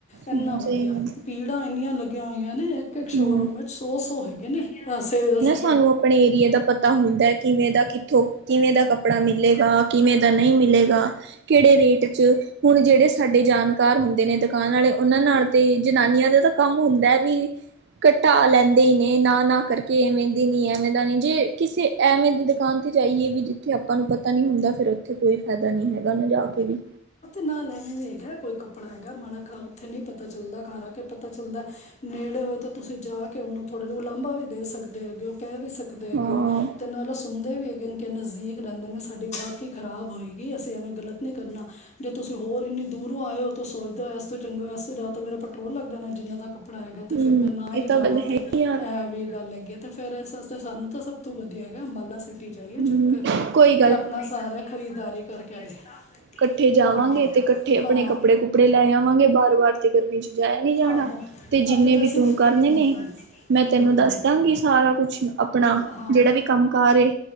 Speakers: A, on the left; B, on the right.
A: ਏਨਾ
B: ਹਾਂ ਸਹੀ
A: ਵਧੀਆ।
B: ਗੱਲ
A: ਪੀੜਾਂ ਏਨੀਆਂ ਲੱਗੀਆਂ ਹੋਈਆਂ ਨੇ ਏਕ-ਏਕ ਸ਼ੋਅਰੂਮ
B: ਹੂੰ
A: ਵਿੱਚ ਸੌ-ਸੌ ਹੈਗੇ ਨੇ ਐ ਸੇਲਸ
B: ਤੁਆਨੂੰ ਅਪਣੇ ਏਰੀਏ ਦਾ ਪਤਾ ਹੁੰਦਾ ਐ ਕਿਵੇਂ ਦਾ ਕਿੱਥੋਂ ਕਿਵੇਂ ਦਾ ਕੱਪੜਾ ਮਿਲੇਗਾ। ਕਿਵੇਂ ਦਾ ਨਈ ਮਿਲੇਗਾ ਕੇੜੇ ਰੇਟ ਚ ਹੁਣ ਜੇੜੇ ਸਾਡੇ ਜਾਣਕਾਰ ਹੁੰਦੇ ਨੇ ਦੁਕਾਨ ਆਲੇ ਓਨਾਂ ਨਾਲ ਤੇ ਜਨਾਨੀਆਂ ਦਾ ਤਾਂ ਕੰਮ ਹੁੰਦਾ ਐ ਵੀ ਕਟਾ ਲੈਂਦੇ ਈ ਨੇ ਨਾ-ਨਾ ਕਰਕੇ ਐਵੇਂ ਦੇ ਨੀ ਏ ਐਵੇਂ ਦਾ ਨੀ ਜੇ ਕਿਸੇ ਐਵੇਂ ਦੀ ਦੁਕਾਨ ਤੇ ਜਾਈਏ ਵੀ ਜਿੱਥੇ ਆਪਾਂ ਨੂੰ ਪਤਾ ਨੀ ਹੁੰਦਾ ਫੇਰ ਉੱਥੇ ਕੋਈ ਫੈਦਾ ਨੀ ਹੈਗਾ ਨਾ ਜਾ ਕੇ ਵੀ
A: ਨਾ ਲੈਣੇ ਨੀ ਹੈਗਾ ਕੋਈ ਕੱਪੜਾ ਹੈਗਾ ਮਾੜਾ ਖਾਓ ਓੱਥੇ ਨੀ ਪਤਾ ਚੱਲਦਾ ਘਰ ਆ ਕੇ ਪਤਾ ਚੱਲਦਾ ਨੇੜੇ ਹੋਏ ਤਾਂ ਤੁਸੀਂ ਜਾ ਕੇ ਓਨੂੰ ਥੋੜ੍ਹੇ ਉਲਾਬਾਂ ਵੀ ਵੀ ਦੇ ਸਕਦੇ ਹੈਗੇ ਓ। ਕੈ ਵੀ ਸਕਦੇ ਹੈਗੇ
B: ਹਾਂ
A: ਓ ਤੇ ਨਾਲ ਓ ਸੁਣਦੇ ਵੀ ਹੈਗੇ ਨੇ ਕਿ ਨਜ਼ਦੀਕ ਰਹਿੰਦੇ ਨੇ ਸਾਡੀ ਗਾਕੀ ਖਰਾਬ ਹੋਈ ਕਿ ਅਸੀਂ ਐਵੇਂ ਗਲਤ ਨੀ ਕਰਨਾ। ਜੇ ਤੁਸੀਂ ਹੋਰ ਏਨੀ ਦੂਰੋਂ ਆਏ ਓ ਤਾਂ ਸੋਚਦੇ ਹੋ ਏਸ ਤੋਂ ਚੰਗਾ ਏਸ ਤੋਂ ਜਾ ਤਾਂ ਮੇਰਾ ਪੈਟਰੋਲ ਲੱਗ ਜਾਣਾ ਜਿੰਨਾ ਤੱਕ ਕਪੜਾ ਹੈਗਾ ਤੇ
B: ਹੂੰ
A: ਫੇਰ ਮੈਂ ਨਾ ਹੀ
B: ਇਹ ਤਾਂ
A: ਜਾਵਾਂ
B: ਗੱਲ ਹੈ
A: ਤੇ
B: ਹੀ ਯਾਰ
A: ਏਹ ਵੀ ਗੱਲ ਹੈਗੀ। ਤੇ ਫੇਰ ਏਸ ਆਸਤੇ ਸਾਨੂੰ ਤਾਂ ਸਭ ਤੋਂ ਵਧੀਆ ਹੈਗਾ ਅੰਬਾਲਾ ਸਿੱ ਟੀ ਜਾਈਏ
B: ਹੂੰ,
A: ਚੁੱਪ ਕਰਕੇ
B: ਕੋਈ
A: ਤੇ ਆਪਣਾ ਸਾਰਾ ਖਰੀਦਦਾਰੀ ਕਰਕੇ ਜਾਏ।
B: ਕੱਠੇ ਜਾਵਾਂਗੇ
A: ਹਾਂ
B: ਤੇ ਕੱਠੇ ਆਪਣੇ
A: ਹਾਂ
B: ਕੱਪੜੇ-ਕੁਪੜੇ ਲੈ ਆਵਾਂਗੇ ਬਾਰ-ਵਾਰ ਤੇ ਗਰਮੀ ਚ ਜਾਯਾ ਨੀ ਜਾਣਾ।
A: ਆਹੋ
B: ਤੇ ਜਿੰਨੇ
A: ਅੱਛਾ ਤਾਂ
B: ਵੀ
A: ਅਸੀਂ
B: ਤੂੰ ਕਰਨੇ
A: ਹੂੰ
B: ਨੇ ਮੈਂ
A: ਹੂੰ
B: ਤੈਨੂੰ ਦੱਸ ਦਾਂਗੀ ਸਾਰਾ ਕੁਛ ਆਪਣਾ
A: ਹਾਂ
B: ਜੇੜਾ ਵੀ ਕੰਮ ਕਾਰ ਏ